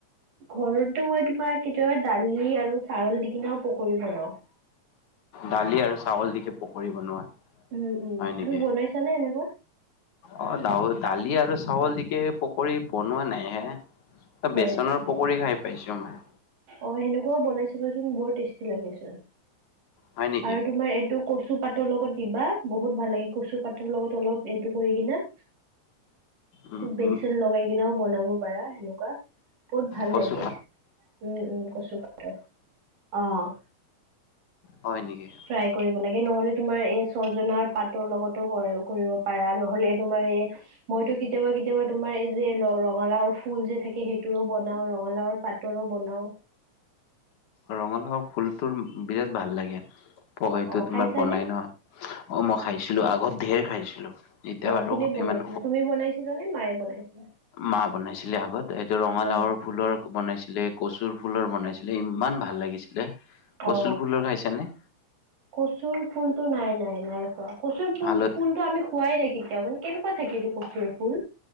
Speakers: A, on the right (about 90°); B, on the left (about 75°).
A: ঘৰতো মই তোমাৰ কেতিয়াবা দালি আৰু চাউল দি কিনাও পকৰী বনাও।
B: দালি আৰু চাউল দিকে পকৰি বনোৱা।
A: উম উম
B: হয় নেকি
A: তুমি বনাইছানে এনেকুৱা?
B: অ দাউ দালি আৰু চাউল দিকে পকী বনোৱা নাই হে।
A: হয়
B: বেচনৰ
A: নেকি
B: পকৰি খাই পাইছো মই।
A: অ সেনেকুৱাও বনাই চাবাচোন বৰ টেষ্টি লাগে চোন।
B: হয় নেকি
A: আৰু তোমাৰ এইটো কচু পাত পাতৰ লগত দিবা বহুত ভাল লাগে কচু পাতৰ লগত অলপ এইটো কৰি কিনা
B: উম
A: বেচন
B: উম
A: লগাই কিনেও বনাব পাৰা, সেনেকুৱা বহুত ভাল
B: কচু
A: লাগে। উম উম কচু পাতৰ অহ
B: হয় নেকি?
A: ফ্ৰাই
B: অ
A: কৰিব লাগে, নহলে তোমাৰ এই ছজনাৰ পাতৰ লগতো কৰে কৰিব পাৰা ন। হলে তোমাৰ এ মইতো কেতিয়াবা কেতিয়াবা তোমাৰ এই যে ৰঙালাওৰ ফুল যে থাকে সেইটোৰো বনাও ৰঙালাওৰ পাত টৰো বনাওঁ।
B: ৰঙালাও ফুলটোৰ বিৰাট ভাল লাগে এইটো
A: অ
B: তোমাৰ
A: খাইছানে
B: বনাই ন। অ মই খাইছিলো আগত ধেৰ খাইছিলো। এতিয়া
A: অ
B: বাৰু
A: কোনে বনাইছিলে,
B: ইমান
A: তুমি বনাইছিলা নে মায়ে বনাইছিলে?
B: মা বনাইছিলে আগত এইটো ৰঙালাওৰ
A: অ
B: ফুলৰ বনাইছিলে, কচুৰ ফুলৰ বনাইছিলে, ইমান ভাল লাগিছিলে। কচুৰ
A: অ
B: ফুলৰ খাইছানে?
A: কচুৰ ফুলতটো নাই নাই নাই খোৱা কচুৰ ফুল
B: হালত
A: ফুলটো আমি খোৱাই নাই কেতিয়াও মানে কেনেকুৱা থাকে এইটো কচুৰ ফুল?